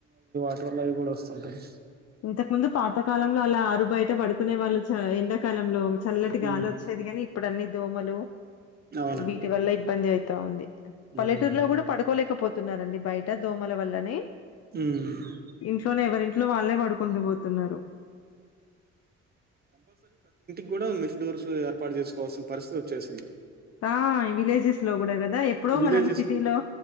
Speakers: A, on the right; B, on the left.
A: పెట్రోల్ లవి కూడా వస్తుంటాయి.
B: ఇంతకు ముందు పాతకాలంలో అలా ఆరు బయట పడుకునే వాళ్ళు చ ఎండాకాలంలో చల్లటిగాలి
A: ఉమ్
B: వచ్చేది గాని ఇప్పుడు అన్ని దోమలు
A: అవునండి
B: వీటి వల్ల ఇబ్బంది అవుతా ఉంది.
A: హ్మ్
B: పల్లెటూరులో కూడా పడుకోలేకపోతున్నారండి బయట దోమల వల్లని
A: హ్మ్.
B: ఇంట్లోనే ఎవరింట్లో వాళ్ళే పడుకుంటూ పోతున్నారు.
A: ఇప్పుడు మెస్ డోర్స్ ఏర్పాటు చేసుకోవాల్సిన పరిస్థితి వచ్చేసింది.
B: ఆ విలేజెస్ లో కూడా కదా ఎప్పుడో
A: విలేజెస్
B: మనం సిటీలో